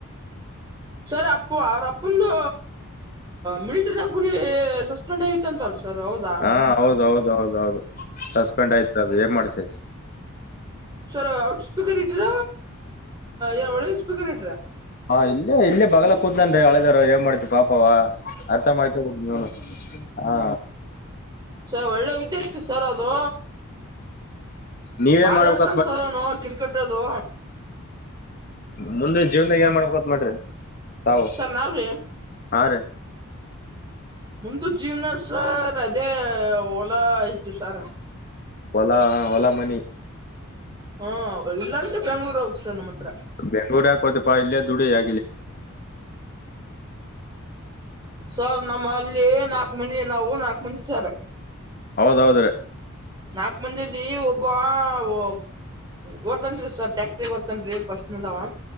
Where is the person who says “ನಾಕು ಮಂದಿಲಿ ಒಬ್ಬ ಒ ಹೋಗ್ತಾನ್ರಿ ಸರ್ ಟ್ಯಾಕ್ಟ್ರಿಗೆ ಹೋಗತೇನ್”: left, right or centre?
Right